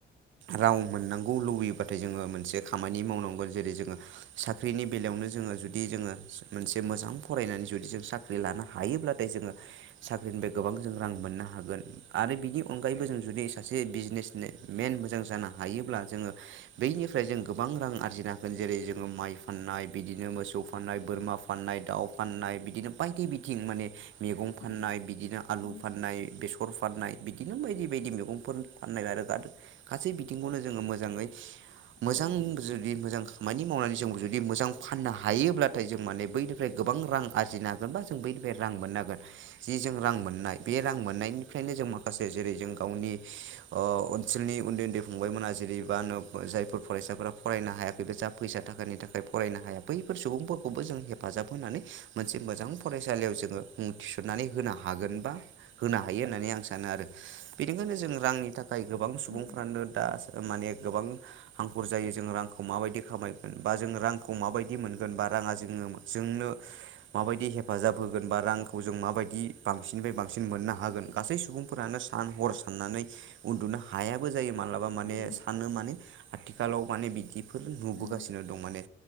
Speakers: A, on the right; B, on the left.
A: रां मोननांगौ लुबैयोबाथाय जोङो मोनसे खामानि मावनां गोन जेरै जोङो साख्रिनि बेलायावनो जोङो जुदि जोङो मोनसे मोजां फरायनानै जुदि जों साख्रि लानो हायोब्लाथाय जोङो साख्रिनिफ्राय गोबां जों रां मोननो हागोन आरो बिनि अनगायैबो जों जुदि सासे बिजनेस मेन मोजां जानो हायोब्ला जोङो बैनिफ्राय जों गोबां रां आरजिनो <unintelligible> जेरै जोङो माइ फाननाय बिदिनो मोसौ फाननाय बोरमा फाननाय दाउ फाननाय बिदिनो बायदि बिथिं माने मैंगं फाननाय
B: उम
A: बिदिनो आलु
B: औ
A: फनाय बे फोर फाननाय बिदिनो बायदि बायदि मैगंफोर फाननाय आरो गासै बिथिंखौनो जोङो मोजाङै मोजां
B: औ
A: मोजां खामानि मावनानै जों जुदि मोजां फाननो हायोब्लाथाय जों माने बैनिफ्राय गोबां रां आरजिनो हा बा जों बै बे रां मोनांगोन जि जों रां मोननाय बे रां मोननायनिफ्रायनो जों माखसे जेरै जों गावनि नि ओ ओनसोलनि उन्दै उन्दै फंबायमोना जेरैबा जायफोर फरायसाफोरा फरायनो हायाखै बे जा फैसा थाखानि थाखाय फरायनो हाया बैफोर सुबुंफोरखौबो जों हेफाजाब होनानै मोनसे मोजां फरायसालियाव जोङो मुं थिसननानै होनो हागोन बा होनो हायो होननानै आं सानो आरो बेनिखायनो जों रांनि थाखाय गोबां सुबुंफ्रानो
B: औ
A: दा माने गोबां हांखुर जायो जों रांखौ माबायदि खामायगोन बा जों रांखौ माबायदि मोनगोन बा राङा जोङो जोंनो माबायदि हेफाजाब होगोन बा रांखौ जों माबायदि बांसिननिफ्राय बांसिन मोननो हागोन गासै सुबुंफोरानो सा न हर साननानै उन्दुनो हायाबो जायो मालाबा माने
B: उम
A: सानो माने आथिखालाव माने बिदिफोर नुबोगासिनो
B: औ
A: दं माने